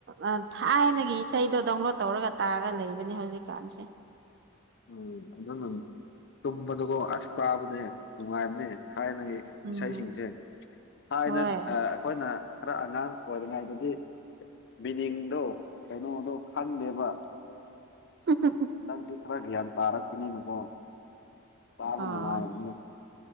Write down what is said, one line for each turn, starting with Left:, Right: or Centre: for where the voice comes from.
Right: ꯑ ꯊꯥꯢꯅꯒꯤ ꯏꯁꯩꯗꯣ ꯗꯥꯎꯟꯂꯣꯗ ꯇꯧꯔꯒ ꯇꯥꯔꯒ ꯂꯩꯕꯅꯦ ꯍꯧꯖꯤꯛꯀꯥꯟꯁꯦ
Left: ꯎꯝ ꯑꯗꯨꯅ ꯇꯨꯝꯕꯗꯀꯣ ꯑꯁ ꯇꯥꯕꯗꯤ ꯅꯨꯡꯉꯥꯢꯕꯅꯦ ꯊꯥꯢꯅꯒꯤ
Right: ꯎꯝ
Left: ꯏꯁꯩꯖꯤꯡꯁꯦ ꯊꯥꯏꯅ
Right: ꯍꯣꯏ
Left: ꯑ ꯈꯣꯢꯅ ꯈ꯭ꯔ ꯑꯉꯥꯡ ꯑꯣꯢꯔꯤꯉꯩꯗꯗꯤ ꯃꯤꯅꯤꯡꯗꯣ ꯀꯩꯅꯣꯗꯣ ꯈꯪꯗꯦꯕ
Right: ꯍꯨꯝ ꯍꯨꯝ ꯍꯨꯝ
Left: ꯅꯪꯗꯤ ꯈꯔ ꯒ꯭ꯌꯥꯟ ꯇꯥꯔꯛꯄꯅꯤꯅꯀꯣ ꯇꯥꯕ
Right: ꯑꯣ
Left: ꯅꯨꯡꯉꯥꯢꯕꯅꯤ